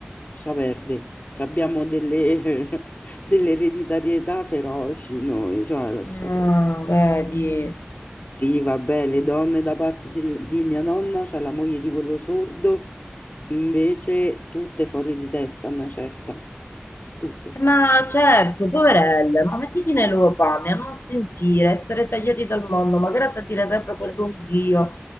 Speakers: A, on the left; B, on the left.
A: sta verde. Ci abbiamo delle, <laughs> delle ereditarietà feroci noi, cioè, lascia
B: ah,
A: perdere.
B: vedi.
A: Sì, vabbè, le donne da parte del- di mia nonna, cioè la moglie di quello sordo, invece tutte fuori di testa, una certa, tutte.
B: Ma certo, poverelle, ma mettiti nei loro panni a non sentire, essere tagliati dal mondo, magari a sentire sempre quel ronzio.